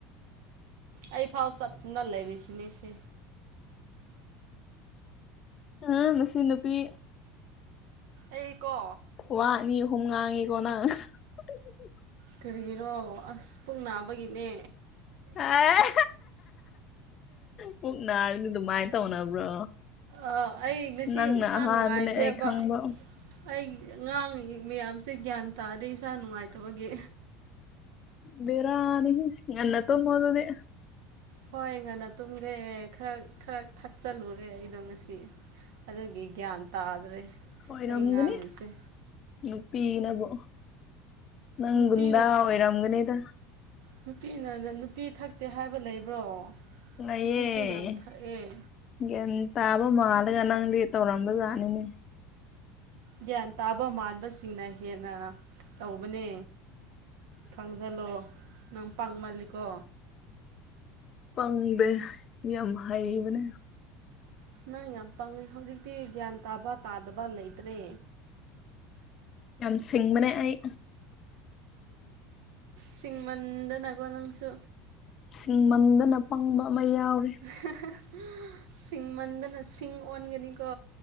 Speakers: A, on the right; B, on the left.
A: ꯑꯩꯐꯥꯎ ꯆꯠꯇꯅ ꯂꯩꯔꯤꯁꯤꯅꯦ ꯁꯦ
B: ꯍ ꯅꯁꯨ ꯅꯨꯄꯤ
A: ꯑꯩꯀꯣ
B: ꯋꯥꯑꯅꯤ ꯑꯍꯨꯝ ꯉꯥꯡꯉꯤꯀꯣ ꯅꯪ <inaudible>
A: ꯀꯔꯤꯒꯤꯔꯣ ꯑꯁ ꯄꯨꯛ ꯅꯥꯕꯒꯤꯅꯦ꯫
B: ꯑꯦ ꯄꯨꯛ ꯅꯥꯔꯗꯤ ꯑꯗꯨꯃꯥꯏ ꯇꯧꯅꯕ꯭ꯔꯣ?
A: ꯑꯥ ꯑꯩ ꯉꯁꯤ
B: ꯅꯪꯅ
A: ꯏꯁꯥ
B: ꯑꯍꯥꯟꯕꯅꯦ
A: ꯅꯨꯡꯉꯥꯏꯇꯦꯕ꯫
B: ꯑꯩ ꯈꯪꯕ
A: ꯑꯩ ꯉꯥꯡꯉꯤ ꯃꯌꯥꯝꯁꯦ ꯒ꯭ꯌꯥꯟ ꯇꯥꯗꯦ ꯏꯁꯥ ꯅꯨꯡꯉꯥꯏꯇꯕꯒꯤ꯫
B: ꯕꯦꯔꯥꯅꯤꯍꯦ ꯉꯟꯅ ꯇꯨꯝꯃꯣ ꯑꯗꯨꯗꯤ
A: ꯍꯣꯏ ꯉꯟꯅ ꯇꯨꯝꯒꯦ ꯈꯔ ꯈꯔ ꯊꯛꯆꯜꯂꯨꯔꯦ ꯑꯩꯗꯣ ꯉꯁꯤ꯫ ꯑꯗꯨꯒꯤ ꯒ꯭ꯌꯥꯟ ꯇꯥꯗ꯭ꯔꯦ꯫
B: ꯑꯣꯏꯔꯝꯒꯅꯤ
A: ꯑꯩ ꯉꯥꯡꯂꯤꯁꯦ
B: ꯅꯨꯄꯤ ꯅꯕꯨ ꯅꯪ
A: ꯅꯨꯄꯤꯅ
B: ꯒꯨꯟꯗ ꯑꯣꯏꯔꯝꯒꯅꯤꯗ꯫
A: ꯅꯨꯄꯤꯅ ꯅꯨꯄꯤ ꯊꯛꯇꯦ ꯍꯥꯏꯕ ꯂꯩꯕ꯭ꯔꯣ
B: ꯅꯌꯦ
A: ꯅꯨꯄꯤꯁꯨ ꯌꯥꯝ ꯊꯛꯑꯦ꯫
B: ꯒ꯭ꯌꯥꯟ ꯇꯥꯕ ꯃꯥꯜꯂꯒ ꯅꯪꯗꯤ ꯇꯧꯔꯝꯕꯖꯥꯠꯅꯤꯅꯦ꯫
A: ꯒ꯭ꯌꯥꯟ ꯇꯥꯕ ꯃꯥꯟꯕꯁꯤꯡꯅ ꯍꯦꯟꯅ ꯇꯧꯕꯅꯦ꯫ ꯈꯪꯖꯜꯂꯣ ꯅꯪ ꯄꯪꯃꯥꯜꯂꯤꯀꯣ꯫
B: ꯄꯪꯗꯦ ꯌꯥꯝ ꯍꯩꯕꯅꯦ꯫
A: ꯅꯪ ꯌꯥꯝ ꯄꯪꯉꯦ ꯍꯧꯖꯤꯛꯇꯤ ꯒ꯭ꯌꯥꯟ ꯇꯥꯕ ꯇꯥꯗꯕ ꯂꯩꯇ꯭ꯔꯦ꯫
B: ꯌꯥꯝ ꯁꯤꯡꯕꯅꯦ ꯑꯩ
A: ꯁꯤꯡꯃꯟꯗꯅꯀꯣ ꯅꯪꯁꯨ
B: ꯁꯤꯡꯃꯟꯗꯅ ꯄꯪꯕ ꯑꯃ ꯌꯥꯎꯔꯦ꯫
A: UNINTELLIGIBLE ꯁꯤꯡꯃꯟꯗꯅ ꯁꯤꯡ ꯑꯣꯟꯒꯅꯤꯀꯣ꯫